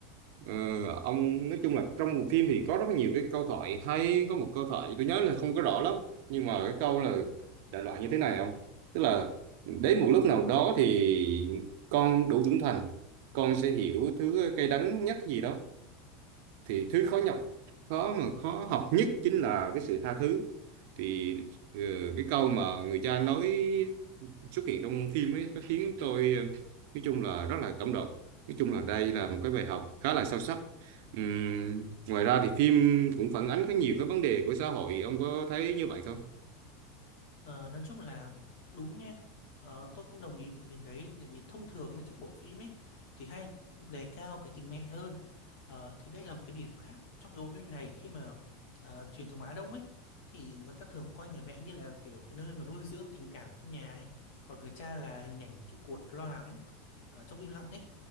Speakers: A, on the right; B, on the left.
A: Ờ, ông nói chung là trong một phim thì có rất nhiều cái câu thoại hay có một câu thoại tôi nhớ là không có rõ lắm nhưng mà cái câu là đại loại như thế này không tức là đến một lúc nào đó thì con đủ trưởng thành con sẽ hiểu thứ cay đắng nhất gì đó thì thứ khó nhọc khó mà khó học nhất chính là cái sự tha thứ thì ờ, cái câu mà người cha nói xuất hiện trong phim ấy nó khiến tôi ờ, nói chung là rất là cảm động nói chung là đây là một cái bài học khá là sâu sắc Ừm, ngoài ra thì phim cũng phản ánh có nhiều cái vấn đề của xã hội ông có thấy như vậy không
B: Ờ, nói chung là đúng nha ờ, tôi cũng đồng ý với ý kiến đấy tại vì thông thường nhá các bộ phim ấy thì hay đề cao cái tình mẹ hơn ờ, thì đây là một cái điểm khác trong cái bộ phim này khi mà ờ, truyền thống Á Đông ấy thì người ta thường coi người mẹ như là kiểu cái nơi mà nuôi dưỡng tình cảm trong nhà này còn người cha là hình ảnh trụ cột lo lắng ờ, trong im lặng ấy